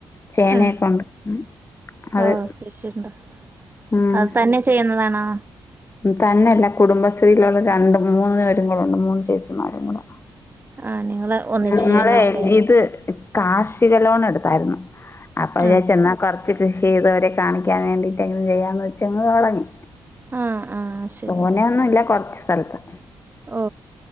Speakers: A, on the left (about 30°); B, on the right (about 25°).
A: ചേനയൊക്കെ
B: ആഹ്
A: ഉണ്ട് ഉ അത്
B: ഓഹ് കൃഷിയുണ്ട്
A: ഉം
B: അത് തന്നെ ചെയ്യുന്നതാണോ
A: തന്നെയല്ല കുടുംബശ്രീയിലുള്ള രണ്ട് മൂന്ന് പേരും കൂടെ ഉണ്ട് മൂന്ന് ചേച്ചിമാരും കൂടെ
B: ആ നിങ്ങള് ഒന്നിച്ച്
A: ഞങ്ങള്
B: ചെയ്യണാവൂല്ലേ
A: ഇത് കാർഷിക ലോൺ എടുത്തായിരുന്നു അപ്പൊ
B: ആഹ്
A: വിചാെന്നാ കൊറ പച്ച് കൃഷി ചെയ്തവരെ കാണിക്കാൻ വേണ്ടിട്ടെങ്കിലും ചെയ്യാന്ന് വെച്ചങ്ങ് തുടങ്ങി
B: ആഹ് ആഹ് ശരി
A: തോനെൊന്നും ഇല്ല കൊറച്ച് സ്ഥലത്ത്
B: ഓ